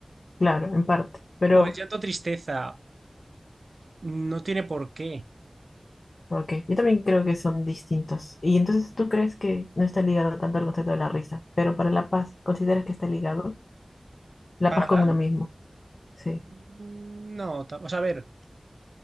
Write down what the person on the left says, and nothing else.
Claro, en parte. Pero,
ok. Yo también creo que son distintos. Y entonces tú crees que no está ligado tanto al concepto de la risa. Pero para la paz, ¿consideras que está ligado? La
paz con
uno mismo. Sí.